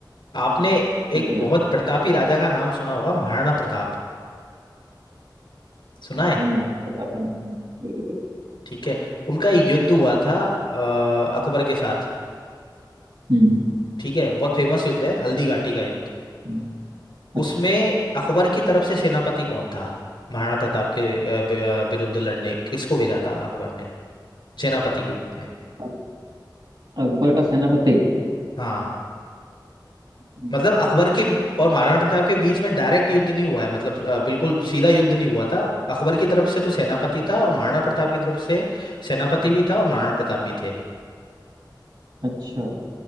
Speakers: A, on the left; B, on the right.
A: आपने
B: हम्म, ठीक
A: एक
B: है
A: बहुत प्रतापी राजा का नाम सुना होगा महाराणा प्रताप सुना
B: हाँ
A: है
B: जी महाराणा प्रताप का नाम सुना है, बिल्कुल
A: ठीक है उनका एक युद्ध हुआ था अ, अकबर के साथ
B: हम्म
A: ठीक है बहुत फेमस युद्ध है हल्दी घाटी का युद्ध
B: हम्म, अच्छा
A: उसमें अकबर की तरफ से सेनापति कौन था महाराणा प्रताप के अ, वि- अ, विरुद्ध लड़ने किसको भेजा था अकबर ने सेनापति के रूप में
B: अब अकबर का सेनापति
A: हाँ
B: हम्म,
A: मतलब अकबर के और महाराणा प्रताप के बीच में डायरेक्ट युद्ध नहीं हुआ है मतलब अ, बिल्कुल सीधा युद्ध नहीं हुआ था अकबर की तरफ से तो सेनापति था और महाराणा प्रताप की तरफ से सेनापति भी था और महाराणा प्रताप भी थे
B: अच्छा